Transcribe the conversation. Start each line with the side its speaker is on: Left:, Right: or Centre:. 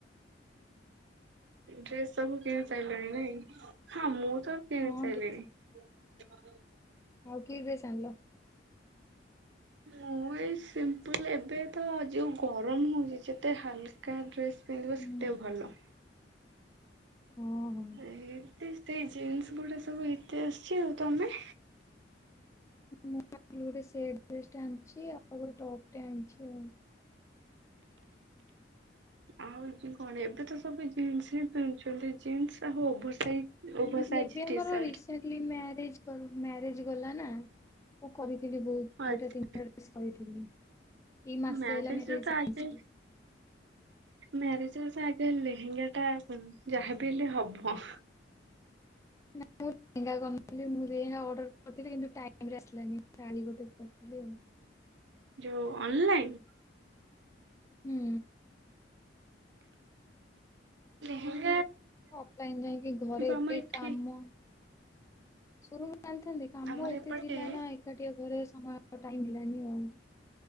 Right: ଡ୍ରେସ୍ ସବୁ କିଣି ସାରିଲାଣି ନାଇଁ। ହଁ ମୁଁ ତ କିଣି
Left: ହଁ
Right: ସାରିଲିନି।
Left: ଡ୍ରେସ୍
Right: ହ।
Left: ଆଉ କିର୍ବେସଲ ଆଣିଲା।
Right: ମୁଁ ଏ ସିମ୍ପଲ ଏବେ ତ ଯଉ ଗରମ ହଉଛି ଯେତେ ହାଲକା ଡ୍ରେସ୍। ପିନ୍ଧିବା
Left: ହୁଁ
Right: ସେଟା ଭଲ।
Left: ହଁ ହଁ।
Right: ଏଇତି। ସେଇ ଜିନ୍ସ ଗୁଡା ସବୁ ଏତେ ଆସିଛି ଆଉ ତମେ।
Left: ମୁଁ ଗୋଟେ ସେଟ୍ ଡ୍ରେସ ଆଣିଛି ଆଉ ଗୋଟେ ଟପ୍ ଆଣିଛି ଆଉ।
Right: ଆଉ କଣ ଏବେ ତ ସବୁ ଜିନ୍ସ ହିଁ ପିନ୍ଧୁଛନ୍ତି ଜିନ୍ସ ଆଉ ଓଭର ସାଇଜ। ଓଭର
Left: ହୁ
Right: ସାଇଜ
Left: ଏବେ ଆମର
Right: ଟି ସାର୍ଟ।
Left: ରିସେଣ୍ଟଲି ମ୍ୟାରେଜ କରୁ ମ୍ୟାରେଜ। ଆଜି ଗଲା ନା। ମୁଁ କରିଥିଲି ବହୁତ
Right: ଆଚ୍ଛା
Left: ଦିଟା ତିନିଟା ଡ୍ରେସ୍ କରିଥିଲି। ଏଇ ମାସେ
Right: ମ୍ୟାରେଜରେ
Left: ହେଲା ମ୍ୟାରେଜ
Right: ତ ଆଗେ
Left: ହେଇଛି।
Right: ମ୍ୟାରେଜରେ ତ ଆଗେ ଲେହେଙ୍ଗା ଟା ଯାହାବି ହେଲେ ହବ।
Left: ମୁଁ <unintelligible> ଥିଲ ମୁଁଡର। କରିଥିଲୁ କିନ୍ତୁ ଟାଇମ ରେ ଆସିଲାନି ଶାଢ଼ୀ ଗୋଟେ କରିଥିଲି ଆଉ।
Right: ଯୋଉ ଅନ୍ ଲାଇନ
Left: ହୁଁ।
Right: ହେ
Left: ଅଫଲାଇନ ନାଇଁ କି ଘରେ ଏତେ
Right: ଆମ ଏଠି
Left: କାମ ସ ଜଣିଥାନ୍ତି କାମ
Right: ଆମର
Left: ଏତେ
Right: ଏପଟେ
Left: ଥିଲା ନା ଏକାଠିଆ ଘରେ ସମୟ ଟାଇମ ହେଲାନି ଆଉ